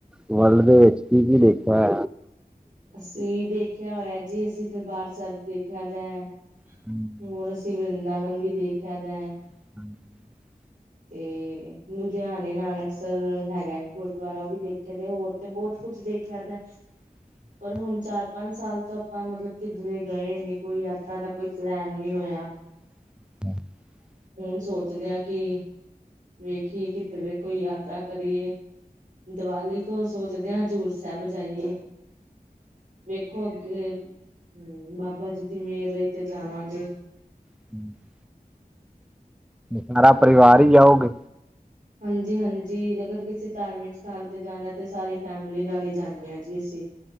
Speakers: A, in the centre; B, on the right.
A: ਵਰਲਡ ਦੇ ਵਿੱਚ ਕੀ- ਕੀ ਦੇਖਿਆ?
B: ਅਸੀਂ ਦੇਖਿਆ ਹੋਇਆ ਜੀ, ਅਸੀਂ ਦਰਬਾਰ ਸਾਹਿਬ ਦੇਖਿਆ ਦਾ ਹੈ।
A: <inaudible>
B: ਹੋਰ ਅਸੀਂ ਵਰਿੰਦਾਵਨ ਵੀ ਦੇਖਿਆ ਦਾ।
A: <inaudible>
B: ਤੇ ਲੁਧਿਆਣੇ ਨਾਨਕਸਰ ਹੈਗਾ ਗੁਰਦੁਆਰਾ, ਉਹ ਵੀ ਦੇਖਿਆ ਤੇ ਹੋਰ। ਤੇ ਬਹੁਤ ਕੁਛ ਦੇਖਿਆ ਦੈ।
A: <inaudible>
B: ਪਰ ਹੁਣ ਚਾਰ ਪੰਜ ਸਾਲ ਤੋਂ ਆਪਾਂ ਮਤਲਬ ਕਿੱਧਰੇ ਗਏ ਨੀ, ਕੋਈ ਯਾਤਰਾ ਦਾ ਕੋਈ ਪਲੈਨ ਨਹੀਂ ਹੋਇਆ।
A: <inaudible>
B: ਹੁਣ ਸੋਚਦੇ ਹਾਂ ਕਿ ਵੇਖੀਏ ਕਿਤੇ ਕੋਈ ਯਾਤਰਾ ਕਰੀਏ। ਦੀਵਾਲੀ ਕੋਲ ਸੋਚਦੇ ਹਾਂ ਹਜ਼ੂਰ ਸਾਹਿਬ ਜਾਈਏ। ਵੇਖੋ ਅੱਗੇ ਹਮ ਬਾਬਾ ਜੀ ਦੀ ਮੇਹਰ ਰਹੀ ਤੇ ਜਾਵਾਂਗੇ।
A: <inaudible> ਸਾਰਾ ਪਰਿਵਾਰ ਹੀ ਜਾਓਗੇ?
B: ਹਾਂਜੀ -ਹਾਂਜੀ ਅਗਰ ਕਿਸੇ ਧਾਰਮਿਕ ਸਥਾਨ ਤੇ ਜਾਣਾ ਤੇ ਸਾਰੀ ਫੈਮਲੀ ਨਾਲ ਹੀ ਜਾਂਦੇ ਹਾਂ ਜੀ ਅਸੀਂ।